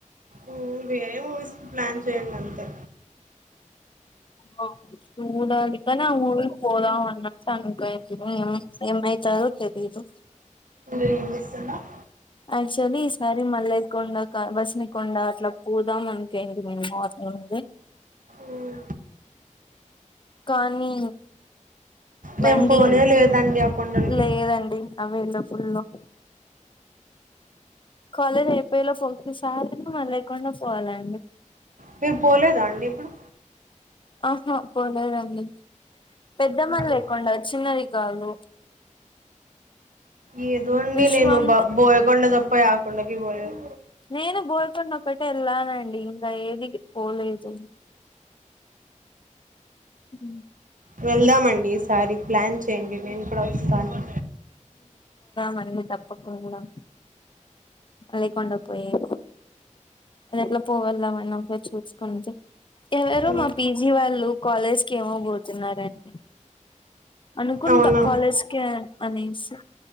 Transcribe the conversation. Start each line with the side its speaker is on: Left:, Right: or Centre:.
Right: ఉమ్ వేరే మూవీస్ కి ప్లాన్ చేయండి అంతే
Left: ఆ చూడాలి కానీ ఆ మూవీకి పోదామా అన్నట్టు అని టైమ్ కి ఉమ్ ఏమైతాదో తెలీదు
Right: ఏం జేస్సున్నావ్
Left: యాక్చువల్లీ ఈసారి మల్లయ్య కొండకా, బసినే కొండా అట్లా పోదాం అనుకోయింటిమి <unintelligible> ఉంది
Right: ఉ
Left: కానీ బండి
Right: నేను పోనే లేదండి ఆ కొండలకి.
Left: లేదండి అవైలబుల్ లో కాలేజ్ అయిపోయేలా పోతే సారే మ లేకుండా పోవాలండి
Right: మీరు పోలేదా అండి ఇప్పుడు
Left: ఆహా పోలేదండి పెద్దమ్మ
Right: హ్మ్.
Left: లేకుండా చిన్నది కాదు
Right: ఏదోండీ
Left: విశ్వం
Right: నేను బ బోయకొండ తప్ప యా కొండకి పోలేదు
Left: నేను బోయకొండ ఒకటే వెళ్ళానండి ఇంగ ఏది పోలేదు మ్మ్
Right: వెళ్దామండి ఈసారి ప్లాన్ చేయండి నేను కూడా వస్తాను
Left: మళ్ళీ తప్పకుండా లేకుండా పొయ్యేది అది ఎట్లా పోగలము కూడా చూసుకుంటే ఎవరు
Right: హ్మ్.
Left: మా పీ జీ వాళ్ళు కాలేజ్కి ఏమో పోతున్నరండి అనుకుంటా
Right: అవునా!
Left: కాలేజ్కే అని అనేసి